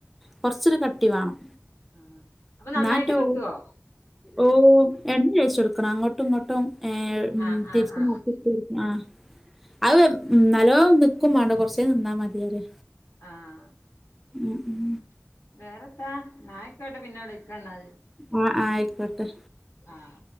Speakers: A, in the centre; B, on the left.
A: കൊറച്ചൊരു കട്ടി വേണം
B: ആഹ് അപ്പൊ നന്നായിട്ട്
A: ഇന്നാട്ടോ
B: കിട്ടുവോ
A: ഓഹ് എണ്ണീം ഒഴിച്ചൊട്ക്ക്ണോ അങ്ങോ ട്ടും ഇങ്ങോട്ടും ഏഹ്
B: ആഹ്
A: തിരിച്ചും
B: ആഹ് ആഹ്
A: മറിച്ചുട്ട് ആഹ് അത് നല്ലോം നിക്കും മാണ്ട കൊറച്ചേരം നിന്നാ മതിറ്യാ
B: ആഹ്
A: ഉം ഉം
B: വേറെത്താ ഇന്നാ അയിക്കോട്ടെ പിന്നെ വിളിക്കന്നാല്
A: ആഹ് ആഹ് അയിക്കോട്ടെ
B: ആഹ്